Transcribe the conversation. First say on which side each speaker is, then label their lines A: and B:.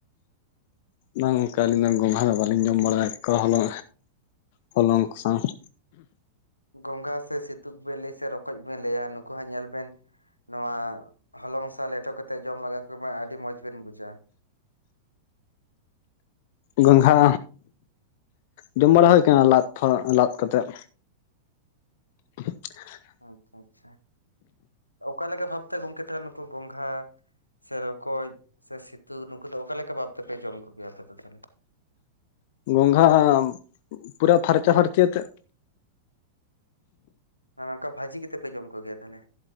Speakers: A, on the left; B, on the left.
A: ᱵᱟᱝ ᱚᱱᱠᱟ ᱟᱹᱞᱤᱧ ᱫᱚ ᱜᱚᱸᱜᱷᱟ ᱫᱚ ᱵᱟᱹᱞᱤᱧ ᱡᱚᱢ ᱵᱟᱲᱟᱭᱟ ᱠᱟ ᱦᱚᱞᱚ ᱦᱚᱞᱚᱝ ᱠᱚ ᱥᱟᱶ ᱾
B: ᱜᱚᱸᱝᱜᱷᱟ ᱥᱮ ᱥᱤᱛᱩᱜ ᱵᱮᱞᱮ ᱥᱮ ᱨᱚᱠᱚᱡ ᱵᱮᱱ ᱞᱟᱹᱭᱟ᱾ ᱱᱩᱠᱩ ᱦᱟᱸᱜ ᱧᱮᱞ ᱵᱮᱱ ᱱᱚᱣᱟ ᱦᱚᱞᱚᱝ ᱥᱟ ᱞᱮᱴᱚ ᱠᱟᱛᱮᱫ ᱡᱚᱢ ᱞᱟᱜᱟ ᱠᱚᱢᱟ᱾ ᱟᱹᱰᱤ ᱢᱚᱸᱡᱽ ᱵᱮᱱ ᱵᱩᱡᱟᱹᱣᱟ᱾
A: ᱜᱚᱸᱝᱜᱷᱟ ᱡᱚᱢ ᱵᱟᱲᱟ ᱦᱩᱭ ᱠᱟᱱᱟ, ᱞᱟᱫ ᱞᱟᱫ ᱠᱟᱛᱮᱜ᱾ <unintelligible>
B: ᱟᱪᱪᱷᱟ ᱟᱪᱪᱷᱟ ᱚᱠᱟ ᱞᱮᱠᱟ ᱵᱷᱟᱵ ᱛᱮ ᱜᱚᱢᱠᱮ ᱛᱟᱦᱮᱱᱟ, ᱱᱩᱠᱩ ᱜᱚᱸᱝᱜᱷᱟ ᱥᱮ ᱨᱚᱠᱚᱡ ᱥᱮ ᱥᱤᱛᱩ ᱱᱩᱠᱩ ᱫᱚ ᱚᱠᱟ ᱞᱮᱠᱟ ᱵᱷᱟᱵ ᱛᱮᱯᱮ ᱡᱚᱢ ᱠᱚᱜᱮᱭᱟ? ᱟᱯᱮ ᱫᱚ ᱛᱟᱦᱞᱮ᱾
A: ᱜᱚᱸᱜᱷᱟ ᱟᱢ ᱯᱩᱨᱟᱹ ᱯᱷᱟᱨᱪᱟ ᱯᱷᱟᱨᱪᱤ ᱟᱛᱮᱫ
B: ᱢᱟᱱᱮ ᱚᱱᱠᱟ ᱵᱷᱟᱹᱡᱤ ᱠᱟᱛᱮ ᱯᱮ ᱡᱚᱢ ᱠᱚᱜᱮᱭᱟ ᱛᱟᱦᱚᱞᱮ